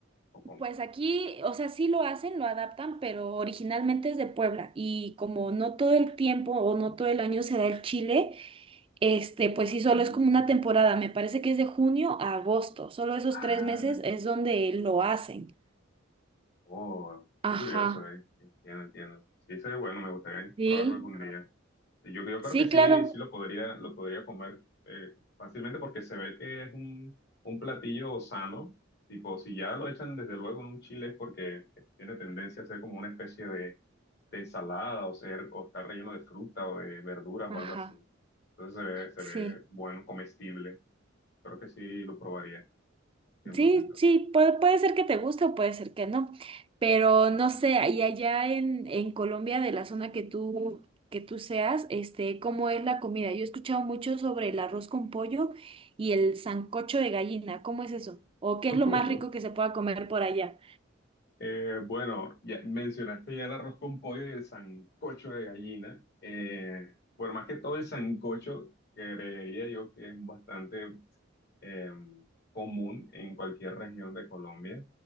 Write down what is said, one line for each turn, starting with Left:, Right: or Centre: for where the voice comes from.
Left: o como.
Right: pues aquí, o sea, sí lo hacen, lo adaptan, pero originalmente es de Puebla y como no todo el tiempo o no todo el año se da el chile, este, pues sí, solo
Left: Mm,
Right: es como una temporada, me parece que es de junio a agosto, solo esos
Left: Ah,
Right: tres meses es donde lo hacen.
Left: oh, qué
Right: Ajá,
Left: curioso, ¿eh? Entiendo, entiendo. Sí, sería bueno, me gustaría
Right: sí,
Left: probarlo algún día. Yo, yo
Right: sí,
Left: creo que sí,
Right: claro,
Left: sí lo podría, lo podría comer eh, fácilmente porque se ve que es un, un platillo sano. Tipo, si ya lo echan desde luego en un chile es porque tiene tendencia a ser como una especie de, de ensalada o ser, o estar relleno de fruta o de verduras
Right: ajá,
Left: o algo así. Entonces se ve, se
Right: sí.
Left: ve bueno, comestible. Creo que sí lo probaría, cien
Right: Sí,
Left: por ciento
Right: sí, puede, puede ser que te guste o puede ser que no, pero no sé, y allá en, en Colombia, de la zona que tú, que tú seas, este, ¿cómo es la comida? Yo he escuchado mucho sobre el arroz con pollo y el sancocho de gallina, ¿cómo es eso? ¿O qué
Left: <laughs>
Right: es lo más rico que se pueda comer por allá?
Left: Eh, bueno, ya mencionaste ya el arroz con pollo y el sancocho de gallina. Eh, bueno, más que todo el sancocho, creería yo que es bastante eh, común en cualquier región de Colombia,